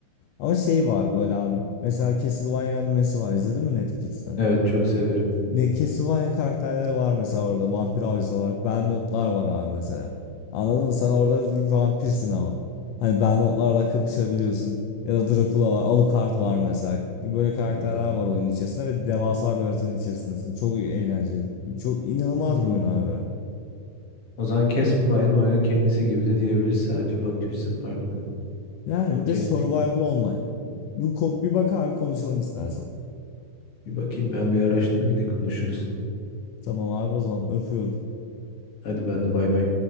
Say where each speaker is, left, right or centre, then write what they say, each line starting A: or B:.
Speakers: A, on the left; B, on the left.
A: ama şey var böyle abi mesela Castlevania animesi var izledin mi Netflix'ten?
B: Evet çok severim.
A: Ne Castlevania karakterleri var mesela orada vampir abisi olarak. Belmontlar var abi mesela. Anladın mı? Sen orada bir vampirsin ama. Hani Belmontlarla kapışabiliyorsun. Ya da Dracula var. Alucard var mesela. Böyle karakterler
B: Bakar.
A: var oyunun içerisinde ve devasa bir haritanın içerisindesin. Çok eğlenceli. Çok inanılmaz
B: Hmm.
A: bir oyun abi.
B: O zaman Castlevania oyunun kendisi gibi de diyebiliriz. Sadece bakış açısı farklı.
A: Yani
B: Okey.
A: bir de Survival Online. Bir, ko- bir bak abi konuşalım istersen.
B: Bir bakayım ben bir araştırayım yine konuşuruz.
A: Tamam abi o zaman öpüyorum.
B: Hadi ben de bay bay.